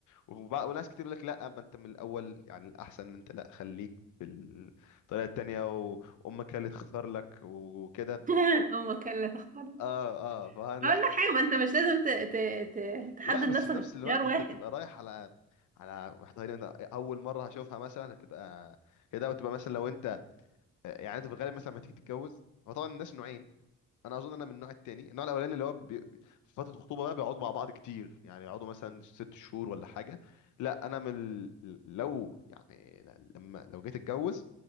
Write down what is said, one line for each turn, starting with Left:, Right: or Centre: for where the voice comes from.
Left: وبع- وناس كتير يقول لك لا ما انت من الاول يعني الاحسن ان انت لا خليك بالطريقه التانيه و- وامك هي اللي تختار لك وكده
Right: <laughs> امك لا تختار
Left: اه اه فلا لا
Right: اقول لك حاجه ما انت مش لازم ت... ت... ت... تحدد
Left: لا، بس
Right: نفسك
Left: في نفس
Right: باختيار
Left: الوقت
Right: واحد
Left: انت بتبقى رايح على على واحده تقريباً اول مره هشوفها مثلا هتبقى كده وتبقى مثلا لو انت يعني انت في الغالب مثلا لما تيجي تتجوز هو طبعا الناس نوعين انا اظن انا من النوع التاني النوع الاولاني اللي هو بي... بي- في فتره الخطوبه بقى بيقعدوا مع بعض كتير يعني يقعدوا مثلا ست شهور ولا حاجه لا انا من ال... لو يعني ل- لما لو جيت اتجوز